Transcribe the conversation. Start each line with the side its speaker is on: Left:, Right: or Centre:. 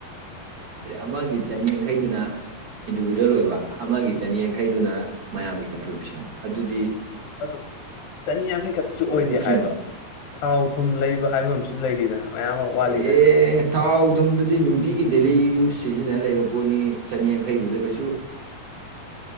Right: ꯑꯃꯒꯤ ꯆꯅꯤꯌꯥꯡꯈꯩꯗꯨꯅ ꯏꯟꯗꯤꯕꯤꯗꯨꯋꯦꯜ ꯑꯣꯏꯕ ꯑꯃꯒꯤ ꯆꯅꯤ ꯌꯥꯡꯈꯩꯗꯨꯅ ꯃꯌꯥꯝꯒꯤ ꯀꯟꯇ꯭ꯔꯤꯕ꯭ꯌꯨꯁꯟ ꯑꯗꯨꯗꯤ
Left: ꯑꯗꯨ ꯆꯅꯤ ꯌꯥꯡꯈꯩ ꯈꯛꯇꯁꯨ
Right: ꯁꯣ
Left: ꯑꯣꯏꯗꯦ
Right: ꯗꯤꯐ꯭ꯔꯤꯟ
Left: ꯍꯥꯏꯕ ꯊꯥꯎ ꯊꯨꯝ ꯂꯩꯕ ꯍꯥꯏꯕ ꯑꯃꯁꯨ ꯁꯨ ꯂꯩꯔꯤꯗꯅ ꯃꯌꯥꯝ ꯑꯃ ꯋꯥꯠꯂꯤꯗꯅ
Right: ꯑꯦ ꯊꯥꯎ ꯊꯨꯝꯗꯨꯗꯤ ꯅꯨꯡꯇꯤꯒꯤ ꯗꯦꯂꯤ ꯌꯨꯁ ꯁꯤꯖꯤꯟꯅ ꯂꯩꯕ ꯄꯣꯠꯅꯤ ꯆꯅꯤꯌꯥꯡꯈꯩꯗꯨꯗ ꯀꯩꯁꯨ